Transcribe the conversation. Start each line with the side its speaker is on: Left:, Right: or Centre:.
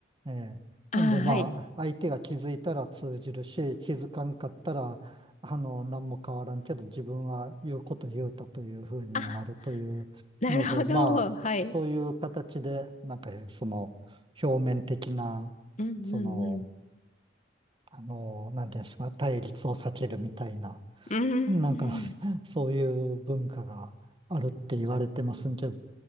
Right: ええ。
Left: ああ、
Right: ほんで、まあ、
Left: はい。
Right: 相手が気づいたら通じるし、気づかんかったら、あの、何も変わらんけど、自分は言うこと言うたというふうになるというので、
Left: あ、なるほど。
Right: まあ、
Left: はい。
Right: そういう形で、なんか、その、表面的な、
Left: うんうんうん。
Right: その、あの、なんていうんですか、対立を避けるみたいな、
Left: うーん。
Right: なんか、<laughs> そういう文化があるって言われてますんけど、